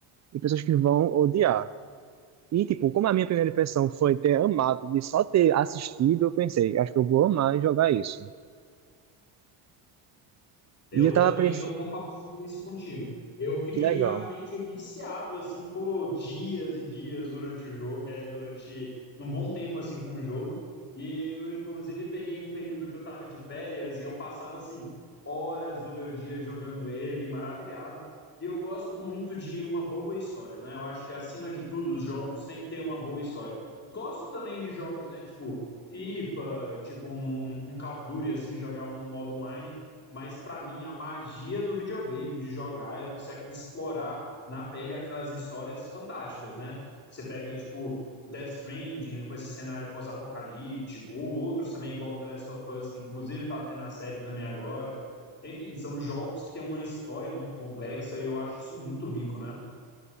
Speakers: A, on the right; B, on the left.
A: e pessoas que vão odiar. E, tipo, como a minha primeira impressão foi ter amado, de só ter assistido, eu pensei, acho que eu vou amar e jogar isso.
B: Eu
A: E eu tava
B: também,
A: pensando,
B: eu compartilho isso contigo. Eu fiquei
A: que legal.
B: realmente viciado, assim, por dias e dias durante o jogo, é, durante um bom tempo, assim, com o jogo. E eu, inclusive, peguei um período que eu tava de férias e eu passava, assim, horas do meu dia jogando ele, maravilhado. E eu gosto muito de uma boa história, né? Eu acho que, acima de tudo, os jogos têm que ter uma boa história. Gosto também de jogos, né, tipo FIFA, tipo um, um Call of Duty, assim, jogar um modo online mas para mim, a magia do videogame, de jogar, é você explorar na pele aquelas histórias fantásticas, né? Você pega, tipo, Death Stranding com esse cenário pós-apocalíptico, ou outros também, igual The Last of Us, que inclusive tá tendo a série também agora. Enfim, são jogos que têm uma história muito complexa e eu acho isso muito rico, né?